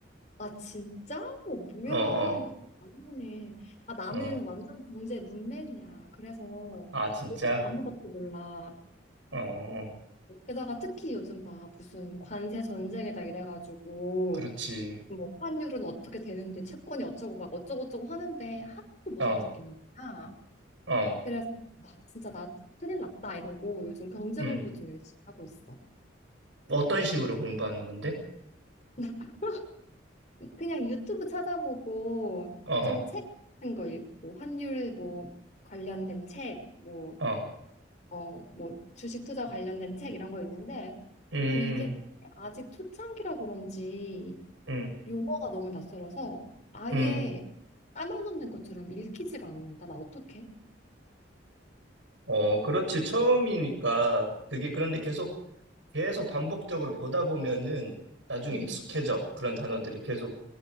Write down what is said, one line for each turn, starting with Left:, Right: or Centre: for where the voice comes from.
Left: 아 진짜? 어, 뭐야
Right: 어, 어,
Left: 이거 아니네. 아 나는
Right: 어.
Left: 완전 경제 문맹이야. 그래서
Right: 아, 진짜?
Left: 진짜 아무것도 몰라.
Right: 어, 어.
Left: 게다가 특히 요즘 막 무슨 관세 전쟁에다 이래가지고
Right: 그렇지.
Left: 뭐 환율은 어떻게 되는데 채권이 어쩌고 막 어쩌고저쩌고 하는데 하나도 못
Right: 어,
Left: 알아듣겠는 거야.
Right: 어,
Left: 그래서 아, 진짜 나 큰일 났다 이러고 요즘 경제
Right: 음.
Left: 공부 좀 열심히 하고 있어.
Right: 어떤 식으로 공부하는 건데?
Left: <laughs> 그냥 유튜브 찾아보고
Right: 어,
Left: 좀 책 같은 거 읽고 환율 뭐 관련된 책, 뭐,
Right: 어,
Left: 어, 뭐 주식 투자 관련된 책 이런 거 있는데
Right: 음,
Left: 아, 이게 아직 초창기라 그런지
Right: 음,
Left: 용어가 너무 낯설어서 아예
Right: 음.
Left: 까막눈된 것처럼 읽히지가 않는다. 나 어떡해?
Right: 어, 그렇지. 처음이니까 그게 그런데
Left: 음,
Right: 계속, 계속 반복적으로 보다 보면은 나중에
Left: 음.
Right: 익숙해져. 그런 단어들이 계속,